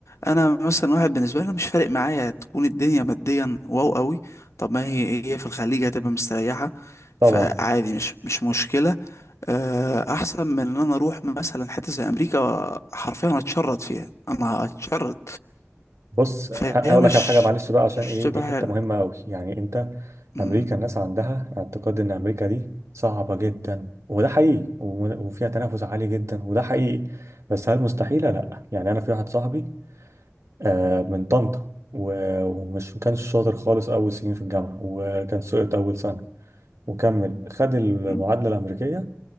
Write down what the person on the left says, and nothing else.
انا مثلا واحد بالنسبه لي أنا مش فارق معايا تكون الدنيا ماديا واو قوي طب ما هي هي في الخليج هتبقى مستريحه
فعادي مش مش مشكله آه، احسن من ان انا اروح مثلا حته زي امريكا حرفيا هتشرد فيها انا هتشرد
فهي
مش
مش
تبقى
حلو
م-
م-